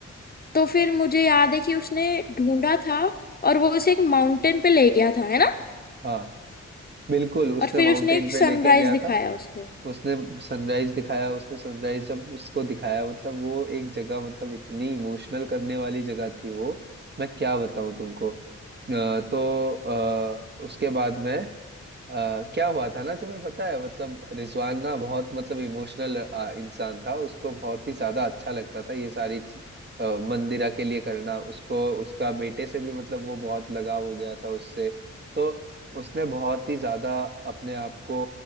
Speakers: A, on the left; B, on the right.
A: तो फिर मुझे याद है कि उसने ढूंढा था और वो उसे एक माउंटेन पे ले गया था है ना
B: हाँ बिल्कुल उसने
A: और फिर
B: माउंटेन
A: उसने एक
B: पे
A: सनराइज
B: लेके गया
A: दिखाया
B: था
A: उसको
B: उसने सनराइज दिखाया उसने सनराइज जब उसको दिखाया मतलब वो एक जगह मतलब इतनी इमोशनल करने वाली जगह थी वो मैं क्या बताऊं तुमको अ, तो अ, उसके बाद में आ, क्या हुआ था ना तुम्हें पता है मतलब रिजवान ना बहुत मतलब इमोशनल इंसान था उसको बहुत ही ज्यादा अच्छा लगता था ये सारी चीज- आ, मंदिरा के लिए करना उसको उसका बेटे से भी मतलब वो बहुत लगाव हो गया था उससे तो उसने बहुत ही ज्यादा अपने आप को